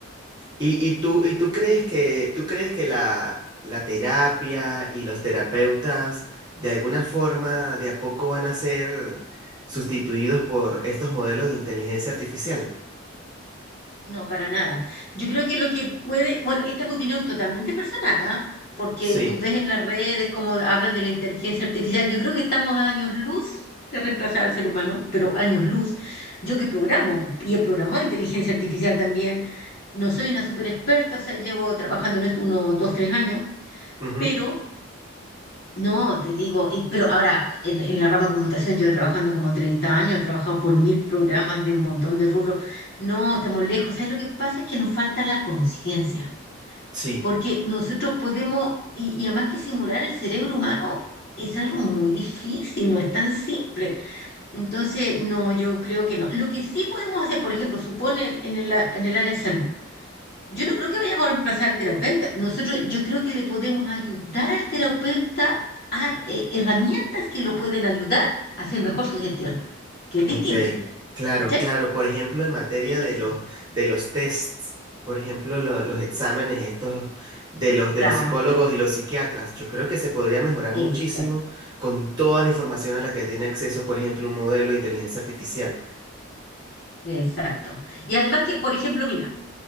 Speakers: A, on the right (about 20°); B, on the left (about 45°).
A: ¿Y, y tú, y tú crees que, tú crees que la, la terapia y los terapeutas de alguna forma de a poco van a ser sustituidos por estos modelos de inteligencia artificial?
B: No, para nada. Yo creo que lo que puede, bueno, esta es mi opinión totalmente personal, ¿ah? Porque
A: Sí,
B: tú ves en las redes cómo hablan de la inteligencia artificial. Yo creo que estamos a años luz de reemplazar al ser humano, pero años luz. Yo que programo y he programado inteligencia artificial también, no soy una súper experta, o sea, llevo trabajando en esto unos dos, tres años,
A: ujú,
B: pero no, te digo, y, pero ahora en, en la rama de computación llevo trabajando como 30 años, he trabajado por mil programas de un montón de rubros. No, estamos lejos. ¿Sabes lo que pasa? Es que nos falta la conciencia,
A: Sí,
B: porque nosotros podemos, y, y además que simular el cerebro humano es algo muy difícil, no es tan simple. Entonces, no, yo creo que no. Lo que sí podemos hacer, por ejemplo, supone en el, en el área de salud. Yo no creo que vayamos a reemplazar al terapeuta. Nosotros, yo creo que le podemos ayudar al terapeuta a eh, herramientas que lo pueden ayudar a hacer mejor su gestión, que es
A: ok,
B: distinto.
A: claro,
B: ¿Cachai?
A: claro. Por ejemplo, en materia
B: Eso
A: de
B: sí.
A: los, de los tests, por ejemplo, lo- los exámenes estos de los, de
B: Exacto,
A: los psicólogos y los psiquiatras, yo creo que se podría mejorar
B: exacto,
A: muchísimo con toda la información a la que tiene acceso, por ejemplo, un modelo de inteligencia artificial.
B: exacto. Y además que, por ejemplo, mira,